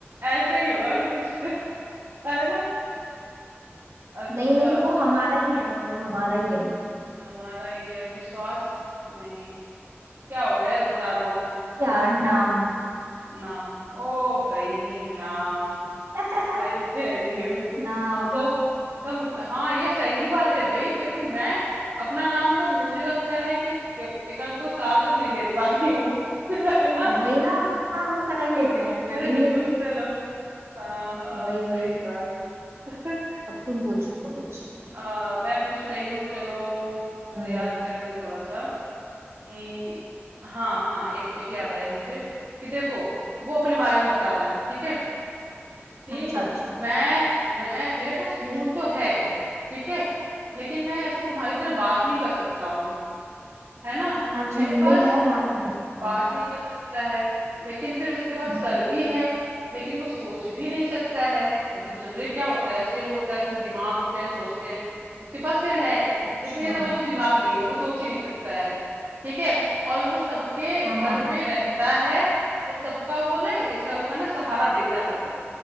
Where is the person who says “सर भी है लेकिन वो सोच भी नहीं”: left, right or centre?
Right